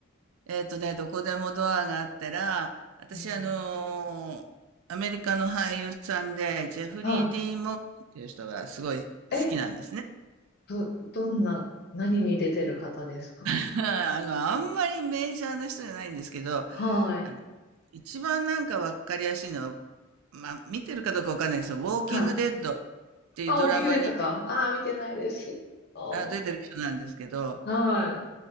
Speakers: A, on the right; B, on the left.
A: えーっとね、どこでもドアがあったら、私、
B: か、うん、
A: あのーアメリカの俳優さんで、ジェフリー・
B: は
A: ディーン・モーガンっていう人がすごい好きなんですね。
B: い。え、ど、どんな、何に出てる方ですか
A: <laughs> あの、あんまりメジャーな人じゃないんですけど、
B: はい。
A: あの一番なんかわかりやすいのは、まあ、見てるかどうかわかんないですよ。ウォーキング・
B: はい。
A: デッドていうドラマに
B: あ、ウォーキングデッドか。ああ、見てないです。おー
A: あ出てる人なんですけど、
B: はい。